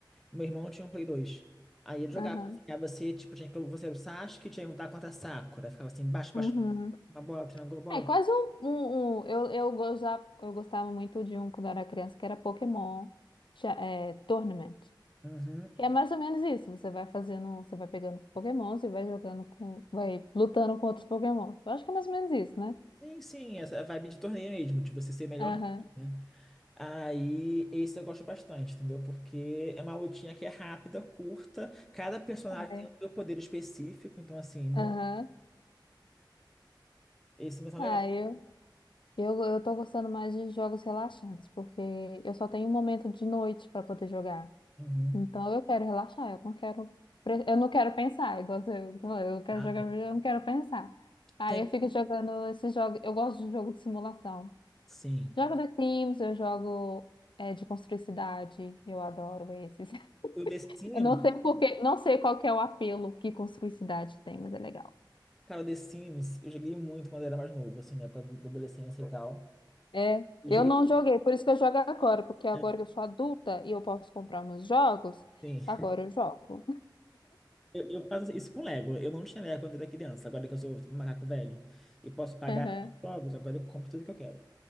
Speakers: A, in the centre; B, on the left.
A: O meu irmão tinha um Play dois Aí ele jogava,
B: aham.
A: assim, aí você, tipo, tinha que. Você era o Sasuke, tinha que lutar contra a Sakura. Ficava assim, baixo, baixo,
B: Uhum.
A: uma bola, triângulo, bola.
B: É quase um, um, um- eu, eu, go- já, eu gostava muito de um quando eu era criança que era Pokémon Cha- é, Tournament.
A: Uhum.
B: Que é mais ou menos isso. Você vai fazendo, você vai pegando os Pokémons e vai jogando com, vai lutando com outros Pokémons. Eu acho que é mais ou menos isso, né?
A: Sim, sim, essa vibe de torneio mesmo, de você ser melhor.
B: Aham.
A: né? Aí, esse eu gosto bastante, entendeu? Porque é uma lutinha que é rápida, curta, cada personagem
B: É.
A: tem o seu poder específico, então, assim, não.
B: Aham.
A: Esse também são
B: Ah,
A: legais.
B: eu, eu, eu tô gostando mais de jogos relaxantes, porque eu só tenho um momento de noite para poder jogar.
A: Uhum.
B: Então eu quero relaxar, eu não quero, pre- eu não quero pensar, igual você, eu eu quero
A: Ah,
B: jogar,
A: é.
B: eu não quero pensar. Aí
A: Tem,
B: eu fico jogando esses jogos, eu gosto de jogo de simulação.
A: sim.
B: Jogo The Sims, eu jogo é, de construir cidade, eu adoro esses. <laughs>
A: O The Sims,
B: Eu não sei porque, não sei qual que é o apelo que construir cidade tem, mas é legal.
A: cara, o The Sims, eu joguei muito quando era mais novo, assim, na época da adolescência e tal.
B: É,
A: Eu
B: eu
A: joguei,
B: não joguei, por isso que eu jogo agora, porque agora
A: né?
B: que eu sou adulta e eu posso comprar meus jogos,
A: Sim.
B: agora eu jogo.
A: Eu, eu faço isso com Lego. Eu não tinha Lego quando era criança, agora que eu sou um macaco velho e posso pagar
B: <laughs> Aham.
A: jogos, agora eu compro tudo que eu quero.